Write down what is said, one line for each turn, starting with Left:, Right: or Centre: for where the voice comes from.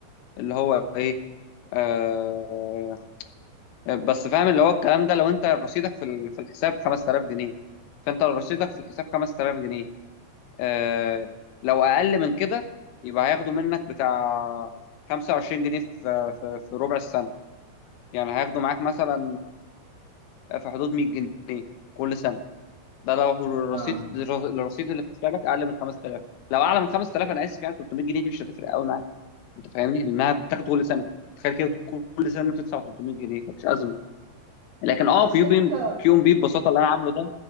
Left: اللي هو إيه آه بس فاهم اللي هو الكلام ده لو أنت رصيدك في ال- في الحساب 5000 جنيه فأنت لو رصيدك في الحساب 5000 جنيه آه، لو اقل من كده يبقى هياخدوا منك بتاع 25 جنيه في في في ربع السنه يعني هياخدوا معاك مثلا آه، في حدود 100 جنيه كل سنه ده لو الرصيد
Right: اه
Left: الرصيد اللي في حسابك اقل من 5000 لو اعلى من 5000 انا اسف يعني 300 جنيه دي مش هتفرق قوي معاك انت فاهمني لانها بتاخد كل سنه تخيل كده كل سنه بتدفع 300 جنيه فمش ازمه لكن اه
Right: بس
Left: كيو
Right: انت
Left: بي كيو ام بي ببساطه اللي انا عامله ده